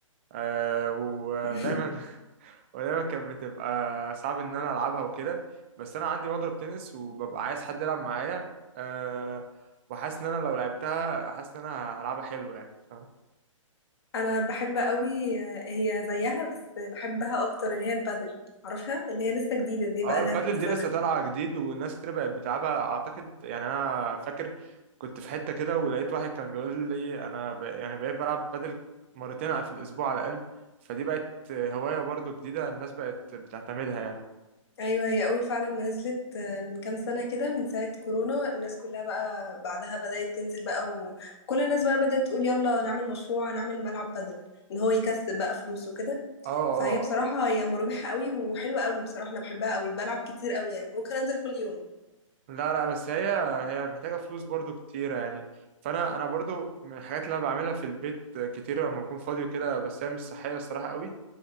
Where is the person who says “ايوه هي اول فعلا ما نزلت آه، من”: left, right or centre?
Left